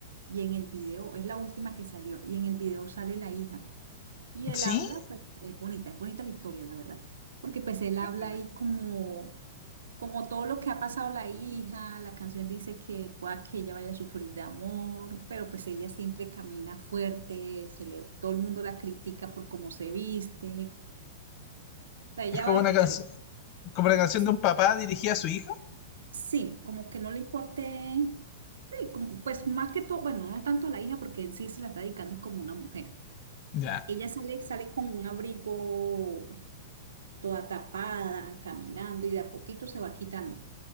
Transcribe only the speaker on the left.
Sí,
Cuéntame.
Es como una
canción, como la canción
de un papá dirigida a su hija.
Ya,